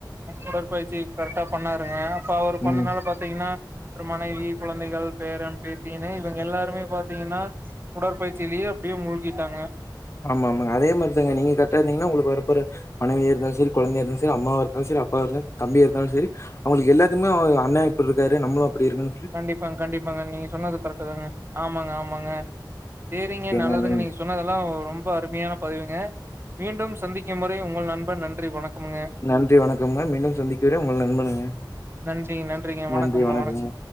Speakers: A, on the right (about 30°); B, on the left (about 35°).
A: உடற்பயிற்சி கரெட்டா பண்ணாருங்க இப்ப அவரு பண்ணனால
B: ம்.
A: பாத்திங்கனா ஒரு மனைவி குழந்தைகள் பேரன் பேத் தீனு இவங்க எல்லாருமே பாத்திங்கனா உடற்பயிற்சிலயே அப்டியே மூழ்கிட்டாங்க
B: ஆமா ஆமாங்க அதே மாரிதாங்க நீங்க கரெக்டா இருந்திங்கனா உங்களுக்கு வரப்போற மனைவியா இருந்தாலு செரி கொழந்தைய இருந்தா செரி அம்மாவா இருந்தாலு செரி அப்பாவா இருந்தாலு தம்பியா இருந்தாலு செரி அவங்களுக் எல்லாத்துக்மே ஓ அண்ணா இப்புட்ருக்காரு நம்மளு அப்டி இருக்கனூ
A: கண்டிப்பாங் கண்டிப்பாங்க நீங்க சொன்னது கரெட்டு தாங்க ஆமாங்க ஆமாங்க சேரிங்க
B: ஓகேங்க.
A: நல்லதுங்க
B: நன்
A: நீங்க சொன்னதெல்லாவ் ரொம்ப அருமையான பதிவுங்க மீண்டும் சந்திக்கும் வரை உங்கள் நண்பன் நன்றி வணக்கமுங்க
B: நன்றி வணக்கமுங்க மீண்டும் சந்திக் வரை உங்க நண்பனுங்க
A: நன்றி நன்றிங்க வணக்கம்ங்க
B: நன்றி வணக்கம்